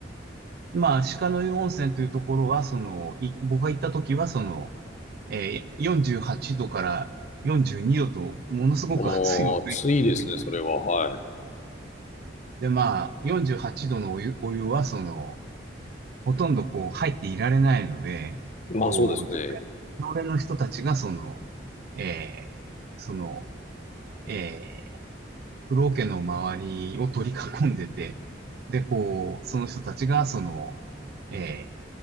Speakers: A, on the right (about 55°); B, on the left (about 40°).
A: まあ、鹿の湯温泉というところは、その、い僕が行った時は、その、えー48度から42度と、ものすごく熱いお湯が用意されてて、
B: おー、暑いですね、それは。はい。
A: で、まあ、48度のお湯、お湯は、その、ほとんどこう入っていられないので、
B: まあそうですね。
A: こう、常連常連の人たちがその、えーその、えー、風呂桶の周りを取り囲んでて、で、こう、その人たちがその、えー